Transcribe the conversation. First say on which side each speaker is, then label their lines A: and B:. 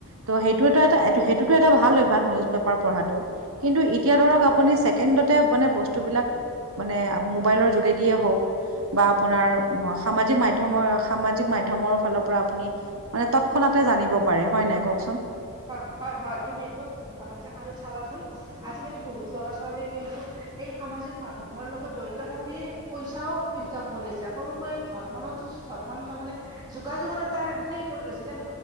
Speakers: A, on the right (about 70°); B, on the right (about 20°).
A: সেই সেইটো এটা সেইটোত এটা ভাল অভ্যাস পাৰ পঢ়াটো, কিন্তু এতিয়া ধৰক আপুনি
B: হয়
A: ছেকেণ্ডতে মনে বস্তু বিলাক মানে মোবাইলৰ যোগেদিয়ে হওক বা আপোনাৰ সামাজিক মাধ্যমৰ সামাজিক মাধ্যমৰ ফালৰ পৰা আপুনি মানে তৎক্ষণাত জানিব পাৰে হয় নাই কক?
B: হয় হয় হয় তুমি একদম ঠিক কথা কৈছা আৰু চাবাচোন আজিকালি বহুত ল'ৰা ছোৱালী কিন্তু এই সামাজিক মাধ্যমৰ লগত জড়িত থাকি পইচাও ইনকাম কৰি আছে সৰুকৈ ঘৰখনতো ঘৰখন তাৰ মমানে যোগাযোগৰ এটা হে কৰি লৈছে তাৰ